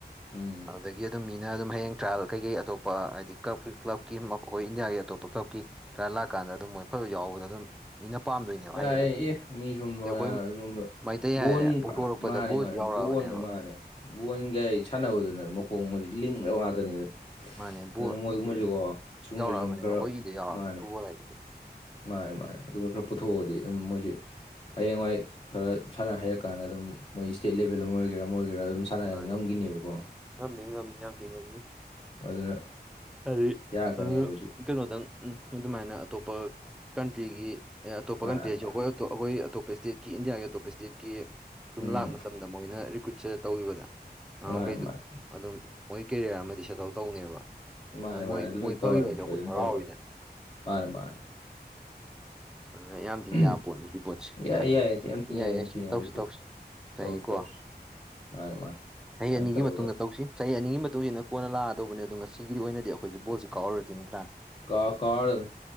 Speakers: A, on the left (about 30°); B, in the centre.
A: ꯎꯝ
B: ꯑꯗꯨꯗꯥꯒꯤ ꯑꯗꯨꯝ ꯃꯤꯅ ꯑꯗꯨꯝ ꯍꯌꯦꯡ ꯇ꯭ꯔꯥꯏꯌꯦꯜ ꯀꯩꯀꯩ ꯑꯇꯣꯞꯄ ꯄꯥ ꯍꯥꯏꯗꯤ ꯀ꯭ꯂꯀꯤ ꯀ꯭ꯂꯕꯀꯤ ꯑꯩꯈꯣꯏ ꯏꯟꯗꯤꯌꯥꯒꯤ ꯑꯇꯣꯞꯄ ꯀ꯭ꯂꯕꯀꯤ ꯈꯔ ꯂꯥꯛꯀꯥꯟꯗꯥ ꯑꯗꯨꯝ ꯃꯣꯏ ꯐꯕ ꯌꯥꯎꯕꯗꯥ ꯑꯗꯨꯝ ꯃꯤꯅ ꯄꯥꯝꯗꯣꯏꯅꯦꯕ
A: ꯌꯥꯏꯌꯦ
B: ꯍꯩꯔꯒꯗꯤ
A: ꯃꯤ <unintelligible>
B: ꯑꯗꯩ ꯑꯩꯈꯣꯏ ꯃꯩꯇꯩ
A: ꯕꯣꯟ
B: ꯍꯥꯏꯔꯦ ꯄꯣꯛꯊꯣꯔꯛꯄꯗ
A: ꯃꯥꯅꯦ
B: ꯕꯣꯜꯁꯤ
A: ꯃꯥꯅꯦ
B: ꯌꯥꯎꯔꯛꯑꯕꯅꯦꯕ
A: ꯕꯣꯟ ꯃꯥꯅꯦ ꯕꯣꯟ ꯀꯥꯏ ꯁꯥꯟꯅꯕꯗꯨꯅ ꯃꯈꯣꯡ ꯃꯔꯤ ꯂꯤꯡꯂꯕ ꯉꯥꯛꯇꯅꯤꯗꯥ
B: ꯃꯥꯅꯦ ꯕꯣꯜ
A: ꯑꯗꯨ ꯃꯣꯏꯒꯨꯝꯕꯖꯨꯀꯣ
B: ꯏ
A: ꯁꯤꯒꯨꯝꯕꯕꯁꯤꯖꯨ
B: ꯌꯥꯎꯔꯛꯑꯕꯅꯦꯕ
A: ꯈꯔ
B: ꯑꯩꯈꯣꯏ ꯏꯗ
A: ꯃꯥꯅꯤ
B: <unintelligible>
A: ꯃꯥꯅꯦ ꯃꯥꯅꯦ ꯑꯗꯨꯒꯨꯝꯕ ꯈꯔ ꯄꯨꯊꯣꯛꯑꯗꯤ ꯑꯗꯨꯝ ꯃꯣꯏꯖꯦ ꯍꯌꯦꯡꯋꯥꯏ ꯈꯔ ꯁꯥꯟꯅ ꯍꯩꯔꯀꯥꯟꯗꯥ ꯑꯗꯨꯝ ꯃꯣꯏ ꯁ ꯏꯁꯇꯦꯠ ꯂꯦꯕꯦꯜ ꯑꯃ ꯑꯣꯏꯒꯦꯔꯥ ꯑꯃ ꯑꯣꯏꯒꯦꯔꯥ ꯑꯗꯨꯝ ꯁꯥꯅ
B: ꯃꯥꯅꯦ
A: ꯉꯝꯒꯤꯅꯦꯕꯀꯣ
B: ꯉꯝꯅꯤ ꯉꯝꯅꯤ ꯌꯥꯝ ꯊꯤ ꯉꯝꯅꯤ
A: ꯑꯗꯨꯅ
B: ꯍꯥꯏꯗꯤ
A: ꯌꯥꯔꯛꯀꯅꯦꯕ
B: ꯑꯗꯨ
A: ꯍꯧꯖꯤꯛ
B: ꯀꯩꯅꯣꯗꯪ ꯑꯗꯨꯃꯥꯏꯅ ꯑꯇꯣꯞꯄ ꯀꯟꯇ꯭ꯔꯤꯒꯤ ꯑꯦ ꯑꯇꯣꯞꯄ
A: ꯃꯥꯅꯦ
B: ꯀꯟꯇ꯭ꯔꯤꯁꯨ
A: ꯃꯥꯅꯦ
B: ꯑꯩꯈꯣꯏ ꯑꯩꯈꯣꯏ ꯑꯇꯣꯞꯄ ꯏꯁꯇꯦꯠꯀꯤ ꯏꯟꯗꯤꯌꯥꯒꯤ ꯑꯇꯣꯞꯄ ꯏꯁꯇꯦꯠꯀꯤ ꯑꯗꯨꯝ
A: ꯎꯝ
B: ꯂꯥꯛ ꯃꯇꯝꯗꯥ ꯃꯣꯏꯅ ꯔꯤꯀ꯭ꯋꯏꯠꯁꯦ ꯇꯧꯒꯤꯕꯗꯥ ꯑꯉꯥꯡꯈꯩꯗꯨ
A: ꯃꯥꯅꯦ ꯃꯥꯅꯦ
B: ꯑꯗꯨꯝ ꯃꯣꯏ ꯀꯦꯔꯤꯌꯔ ꯑꯃꯗꯤ ꯁꯦꯇꯜ ꯇꯧꯅꯦꯕ
A: ꯃꯥꯅꯦ
B: ꯑ ꯃꯣꯏ
A: ꯃꯥꯅꯦ ꯑꯗꯨꯃꯥꯏ
B: ꯃꯣꯏ
A: ꯇꯧꯔꯗꯤ
B: ꯐꯈꯤꯕ ꯍꯥꯏꯁꯦ ꯑꯩꯈꯣꯏꯁꯨ
A: ꯁꯣꯏꯗꯥꯅ
B: ꯍꯔꯥꯎꯋꯤꯗꯅ
A: ꯇꯧꯔꯥꯗꯧꯅꯤ ꯃꯥꯅꯦ ꯃꯥꯅꯦ
B: ꯑꯗꯨꯅ ꯏꯌꯥꯝ
A: ꯃꯥꯅꯦ
B: ꯊꯤꯅ ꯌꯥꯕ ꯄꯣꯠꯅꯤ ꯁꯤ ꯄꯣꯠꯁꯦ ꯑꯩꯅ
A: ꯌꯥꯏ
B: ꯈꯟꯕꯗꯥ
A: ꯌꯥꯏ ꯌꯥꯝ ꯊꯤꯅ
B: ꯌꯥꯏ ꯌꯥꯏ
A: ꯌꯥꯝ
B: ꯁꯤ
A: ꯊꯤꯅ
B: ꯇꯧꯁꯤ
A: ꯑꯗꯨ ꯄꯣꯠꯇꯣ
B: ꯇꯧꯁꯤ ꯆꯍꯤ
A: ꯇꯧꯁꯤ
B: ꯀꯣ
A: ꯇꯧꯁꯤ ꯃꯥꯅꯤ ꯃꯥꯅꯤ
B: ꯆꯍꯤ
A: ꯁꯨꯃꯥꯏꯅ
B: ꯑꯅꯤꯒꯤ
A: ꯇꯧꯔꯒꯥ
B: ꯃꯇꯨꯡꯗ ꯇꯧꯁꯤ ꯆꯍꯤ ꯑꯅꯤꯒꯤ ꯃꯇꯨꯡ ꯏꯁꯤꯟꯅ ꯀꯣꯟꯅ ꯂꯥꯛꯑꯗꯧꯕꯅꯦ ꯑꯗꯨ ꯉꯁꯤꯒꯤ ꯑꯣꯏꯅꯗꯤ ꯑꯈꯣꯏꯁꯦ ꯕꯣꯜꯁꯤ ꯀꯥꯎꯔꯨꯔꯁꯤ ꯅꯠꯇ꯭ꯔꯥ
A: ꯀꯥꯎꯔ ꯀꯣꯎꯔꯗꯧꯅꯦ